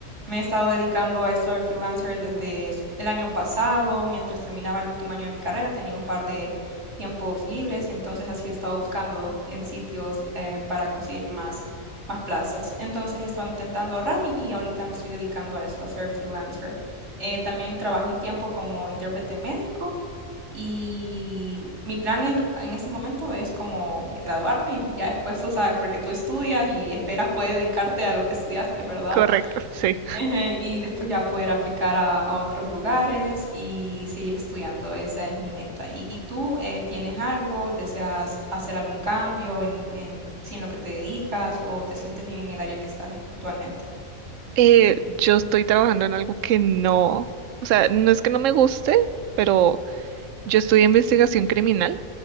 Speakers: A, on the right; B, on the right.
A: me he estado dedicando a esto de freelancer desde s- el año pasado, mientras terminaba el último año de mi carrera, tenía un par de tiempos libres y entonces así he estado buscando en sitios eh, para conseguir más, más plazas. Entonces he estado intentando ahorrar y, y ahorita me estoy dedicando a eso, a ser freelancer. Eh, también trabajé un tiempo como intérprete médico y mi plan en, en este momento es como graduarme y ya después tú sabes, porque tú estudias y esperas poder dedicarte a lo que estudiaste, ¿verdad?
B: Correcto,
A: <laughs>
B: sí.
A: Ejé, Y después ya poder aplicar a, a otros lugares y seguir estudiando. Esa es mi meta. ¿Y, y tú eh, tienes algo? ¿Deseas hacer algún cambio en, en, si en lo que te dedicas o te sientes bien en el área que estás en- actualmente?
B: Eh, yo estoy trabajando en algo que no, o sea, no es que no me guste, pero yo estudié investigación criminal